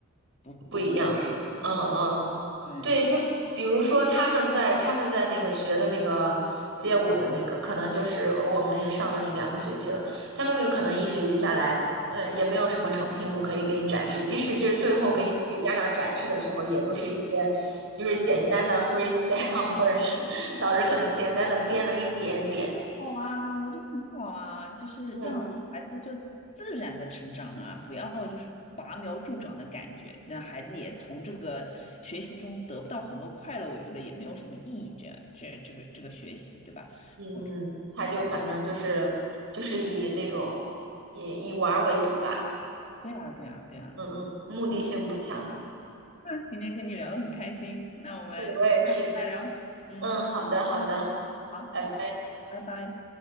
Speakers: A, on the left; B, on the right.
A: 不不一样。
B: 不一样是吧？
A: 嗯，
B: 嗯嗯。
A: 对。
B: 对，就比如说他们在他们在那个学的那个街舞的那个，可能就是我们也上了一两个学期了，他们有可能一学期下来，嗯，也没有什么成品舞可以给你展示，即使是最后给你给家长展示的时候，也都是一些就是简单的 freestyle，或者是老师可能简单的编了一点点，
A: 好啊，我觉得很好啊，就是让孩子就自然的成长嘛，
B: 嗯
A: 不要就是拔苗助长的感觉，让孩子也从这个学习中得不到很多快乐，我觉得也没有什么意义这样。这这个这个学习，对吧？
B: 嗯嗯，
A: 或者良性，
B: 他就反正就是就是以那种以以玩儿为主吧，
A: 对啊，对啊，对啊，
B: 嗯嗯，目的性不强。
A: 嗯，那今天跟你聊得很开心，那我们下次再聊，
B: 对，我也是。
A: 嗯，
B: 嗯，好的，好的，
A: 好，
B: 拜拜。
A: 拜拜。